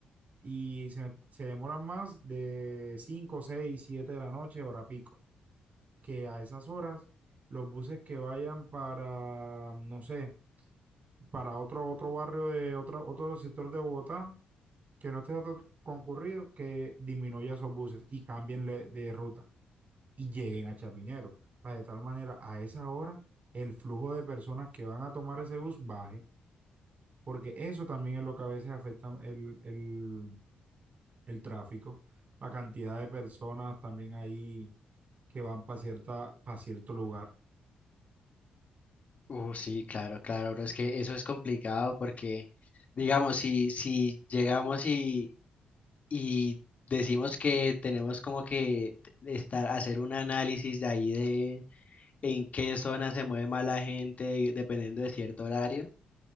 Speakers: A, on the right (about 50°); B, on the left (about 45°).
A: y se, se demoran más de 5 6 7 de la noche, hora pico, que a esas horas los buses que vayan para, no sé, para otro, otro barrio de otro, otro sector de Bogotá, que no esté tan concurrido, que disminuya esos buses y cambien le- de ruta y lleguen a Chapinero. para de tal manera, a esa hora, el flujo de personas que van a tomar ese bus baje, porque eso también es lo que a veces afecta el, el, el tráfico, la cantidad de personas también ahí que van para cierta, para cierto lugar.
B: Uh, sí, claro, claro, pero es que eso es complicado porque, digamos, si, si llegamos y y decimos que tenemos como que estar, hacer un análisis de ahí de en qué zona se mueve más la gente y dependiendo de cierto horario.